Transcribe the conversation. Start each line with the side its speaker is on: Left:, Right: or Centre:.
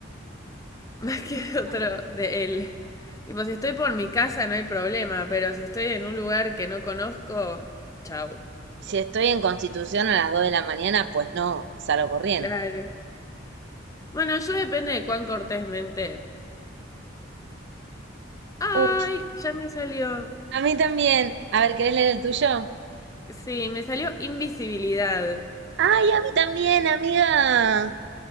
Left: <laughs> Más que de otro,
Right: Ah,
Left: de él. Tipo, si estoy por mi casa no hay problema, pero si estoy en un lugar que no conozco, chao.
Right: Si estoy en Constitución a las 2 de la mañana, pues no, salgo corriendo.
Left: Claro. Bueno, yo depende de cuán cortésmente. Ay,
Right: Uy,
Left: ya me salió.
Right: a mí también. A ver, ¿querés leer el tuyo?
Left: Sí, me salió invisibilidad.
Right: Ay, a mí también, amiga.